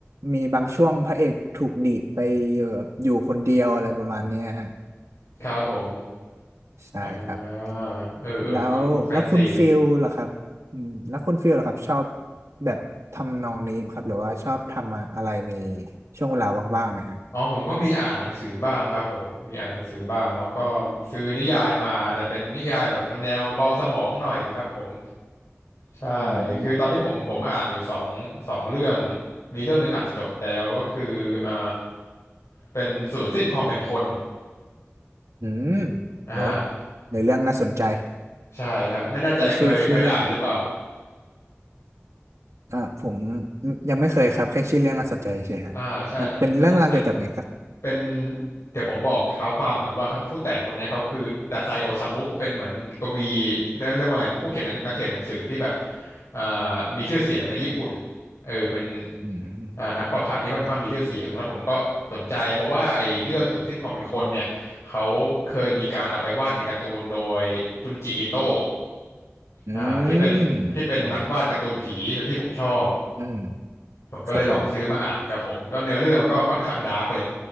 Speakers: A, on the right; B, on the left.
A: มีบางช่วงพระเอกถูกดีดไปเอ่ออยู่คนเดียวอะไรประมาณเนี้ยฮะ
B: ครับผม
A: ใช่ครับ
B: อ่าเออเออฟังดูแฟนซีดิ
A: แล้วแล้วคุณฟิลล่ะครับอืมแล้วคุณฟิลล่ะครับชอบแบบทำนองนี้ไหมครับหรือว่าชอบทำอะไรในช่วงเวลาว่างๆไหมครับ
B: อ๋อผมก็มีอ่านหนังสือบ้างครับผมมีอ่านหนังสือบ้างเนาะก็ซื้อนิยายมาแต่เป็นนิยายแบบแนวเบาสมองหน่อยครับผมใช่
A: อืม
B: คือตอนนี้ผมผมอ่านอยู่สองสองเรื่องมีเรื่องหนึ่งอ่านจบแล้วก็คืออ่าเป็นศูนย์สิ้นความเป็นคน
A: อืม
B: อ่า
A: โอ้ยในเรื่องน่าสนใจ
B: ใช่ครับไม่แน่ใจเคยเคยอ่านหรือเปล่า
A: ไอ้ยชื่อชื่อเรื่องอ่าผมยังไม่เคยครับแค่ชื่อเรื่องน่าสนใจเฉยครับมันเป็นเรื่องราวเกี่ยวกับไงครับ
B: อ่าใช่มันมันเป็นเป็นเดี๋ยวผมบอกเท้าความก่อนว่าครับผู้แต่งคนเนี้ยเขาคือดาไซโอซามุเป็นเหมือนกวีเรียกเรียกว่าไงผู้เขียนหนังนักเขียนหนังสือที่แบบอ่ามีชื่อเสียงในญี่ปุ่นเออเป็น
A: อืม
B: อ่านักประพันธ์ที่ค่อนข้างมีชื่อเสียงแล้วผมก็สนใจเพราะว่าไอ้เรื่องสูญสิ้นความเป็นคนเนี่ยเขาเคยมีการเอาไปวาดเป็นการ์ตูนโดยจุนจิอิโตะ
A: อื
B: อ่าที่เป็นที่เป็นนักวาดการ์ตูนผีที่ผมชอบ
A: มโอ้อืม
B: ผมก็เลยลองซื้อมาอ่านครับผมก็เนื้อเรื่องมันก็ค่อนข้างดาร์กเลย
A: ครับผม